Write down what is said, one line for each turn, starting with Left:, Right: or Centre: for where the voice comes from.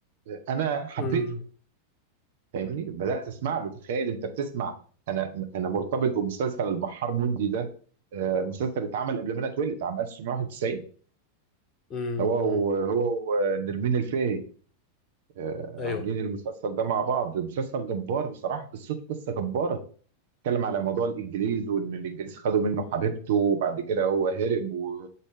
Right: آه، أنا حبيته
Left: امم
Right: فاهمني بدأت أسمع له تخيل أنت بتسمع أنا أنا مرتبط بمسلسل البحار مندي ده آه، مسلسل اتعمل قبل ما أنا اتولد عام 1991
Left: امم
Right: هو
Left: أمم.
Right: و- هو ونرمين الفقي آه،
Left: ايوه
Right: عاملين المسلسل ده مع بعض مسلسل جبار بصراحة قصته قصة جبارة اتكلم على موضوع الإنجليز وإن الإنجليز خدوا منه حبيبته وبعد كده هو هرب و...